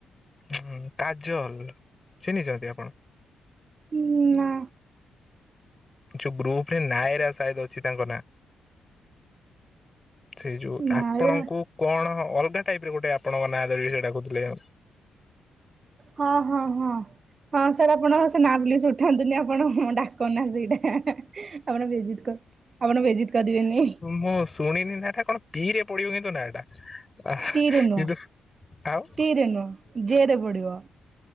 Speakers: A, on the left; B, on the right.
A: ହଁ, କାଜଲ! ଚିହ୍ନିଛନ୍ତି ଆପଣ?
B: ଉଁ, ନା।
A: ଯୋଉ ଗ୍ରୁପ ରେ ନାୟରା ସାଏଦ ଅଛି ତାଙ୍କ ନାଁ। ସେଇ ଯୋଉ ଆପଣଙ୍କୁ
B: ନାଇଁରେ
A: କଣ! ଅଲଗା ଟାଇପ୍ ର ଗୋଟେ ଆପଣଙ୍କ ନାଁ ଧରିକି ସେଇଟା କହୁଥିଲେ।
B: ହଁ ହଁ ହଁ ହଁ ସାର୍ ଆପଣ ସେ ନା ପ୍ଲିଜ୍ ଉଠାନ୍ତୁନି ଆପଣ ଡାକ ନା ସେଇ ଆପଣ ବେଜିତ କ, ଆପଣ ବେଜିତ୍ କରିିବେନି।
A: ମୋସ୍ ଶୁଣିନି ନାଁ ଟା କଣ ପି ରେ ପଡିବ କିନ୍ତୁ ନାଁ ଟା। ଆହ୍
B: ଟି ରେ ନୁହଁ
A: କିନ୍ତୁ ଆଉ
B: ଟି ରେ ନୁହଁ ଜେ ରେ ପଡ଼ିବ।